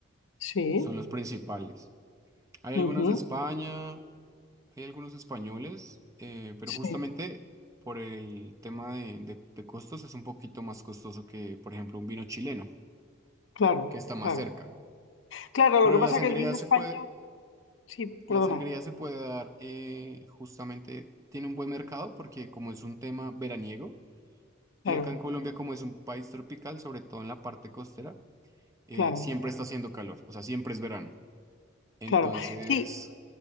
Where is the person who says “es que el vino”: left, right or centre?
Left